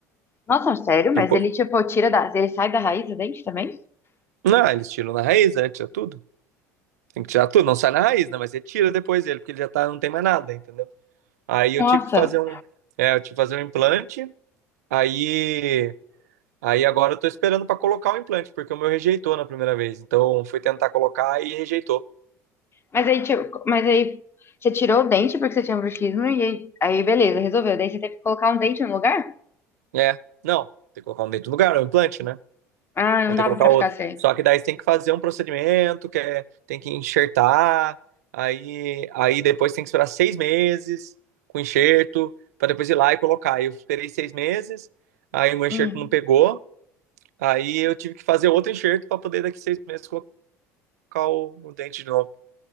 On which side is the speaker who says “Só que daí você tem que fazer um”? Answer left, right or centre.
Right